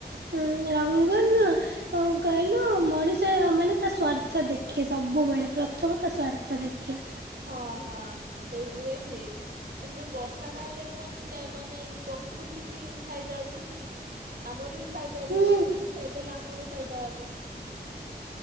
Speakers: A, on the right; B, on the right.
A: ହୁଁ ରଙ୍ଗନ କଣ କହିଲୁ ମଣିଷ ମାନେ ତା ସ୍ଵାର୍ଥ ଦେଖେ ସବୁବେଳେ ପ୍ରଥମ ତା ସ୍ଵାର୍ଥ ଦେଖେ।
B: ହଁ ହଁ ସେଇଥିପାଇଁ ସିଏ <unintelligible> ସେ ବର୍ଷା ଟା ହେଲେ ମାନେ ମାନେ ପ ପ୍ରକୃତି କି ଫାଇଦା ଅଛି ଆମର ବି ଫାଇଦା
A: ହୁଁ
B: ଅଛି ପ୍ରକୃତି ଏ ତାହାଲେ ଆମର ଫାଇଦା ହବ।